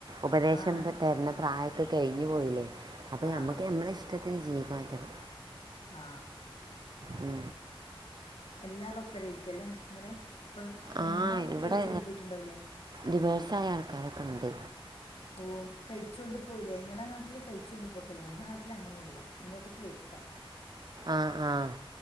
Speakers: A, on the right; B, on the left.
A: ഉപദേശം
B: ആഹ്
A: തർണ പ്രായൊക്കെ കഴിഞ്ഞു പോയില്ലേ? അപ്പൊ
B: ആഹ്
A: നമ്മുക്ക് നമ്മളെ ഇഷ് ടത്തിന് ജീവിക്കാ <unintelligible>
B: ആഹ്
A: ഉം
B: എല്ലാരു ഒപ്പരയിരിക്കുല്ലേ അന്നേരം പ്പ പെങ്ങന്മാരെല്ലാം
A: ആ ഇവിടെ
B: കഴിച്ചു കൊണ്ട് പോയിട്ടുണ്ടാവില്ലേ?
A: ഡിവേഴ്സായ ആൾക്കാരൊക്കെ ഇണ്ട്.
B: ഓഹ് കഴ്ച്ചോണ്ട് പോകല്ലേ നിങ്ങളെ നാട്ടിൽേ കഴിച്ചുകൊണ്ട് പോക്കല്ലേ നമ്മടെ നാട്ടിൽ അങ്ങനെ അല്ല. ഇങ്ങോട്ടേക്ക് വർത്താ
A: ആഹ് ആഹ്